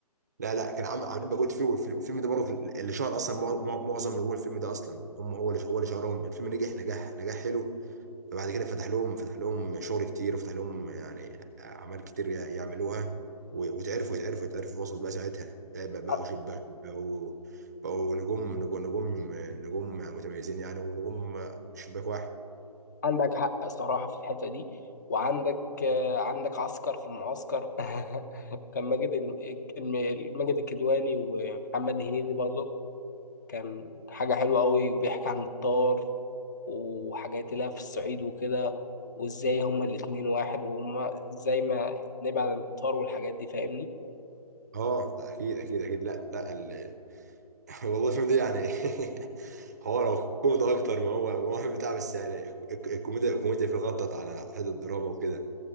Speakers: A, on the right (about 25°); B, on the left (about 30°).
A: لا لا كان عامل عاملين مجهود فيه والفيلم والفيلم ده برضه اللي شهر اصلا مع- مع- معظم نجوم الفيلم ده اصلا هم هو اللي هو اللي شهرهم الفيلم نجح نجاح نجاح حلو فبعد كده فتح لهم فتح لهم شغل كتير وفتح لهم يعني اعمال كتير يع- يعملوها و- واتعرفوا يتعرفوا يتعرفوا في وسط بقى ساعتها يعني بقى- بقوا
B: ع-
A: شيء- بقوا بقوا بقوا نجوم نجوم نجوم نجوم متميزين يعني ونجوم شباك واحد
B: عندك حق صراحة في الحتة دي وعندك آه، عندك عسكر في المعسكر <laughs> كان ماجد الم- الم- ماجد الكدواني ومحمد هنيدي برضه كان حاجة حلوة قوي وبيحكي عن الطار وحاجات اللي هي في الصعيد وكده وازاي هما الاتنين واحد وهما ازاي ما نبعد عن الطار والحاجات دي فاهمني
A: اه اكيد اكيد اكيد لا لا ال... <laughs> والله الفيلم ده يعني <laughs> هو لو كوميدي اكتر ما هو ما هو بتاع بس يعني الك- الكوميديا الكوميديا فيه غطت على حته الدراما وكده